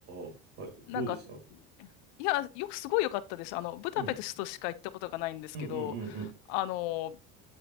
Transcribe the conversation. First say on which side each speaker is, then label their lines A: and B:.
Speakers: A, on the right (about 40°); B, on the left (about 80°).
A: はあ、はい。
B: なんか、
A: どうでしたうん、
B: いや、よくすごい良かったです。あの、ブダペストしか行ったことがないんですけど、
A: うん、うん、うん、
B: あの、